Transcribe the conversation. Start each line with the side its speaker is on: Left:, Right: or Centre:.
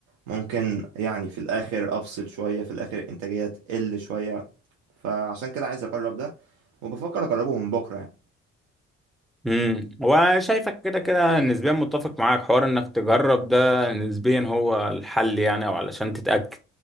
Right: ممكن يعني في الاخر افصل شوية في الاخر الانتاجية تقل شوية فعشان كده عايز اجرب ده وبفكر اجربه من بكرة يعني
Centre: امم وشايفك كده كده نسبيا متفق معاك حوار انك تجرب ده نسبيا هو الحل يعني او علشان تتاكد